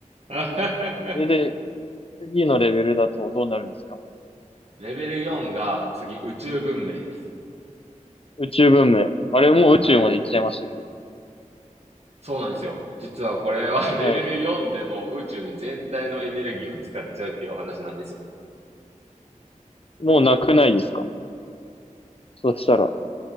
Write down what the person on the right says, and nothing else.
<laughs>
レベル4が次宇宙文明です。
はい。そうなんですよ。実はこれは <laughs>
レベル4でも宇宙全体のエネルギーを使っちゃうっていうお話なんですよ。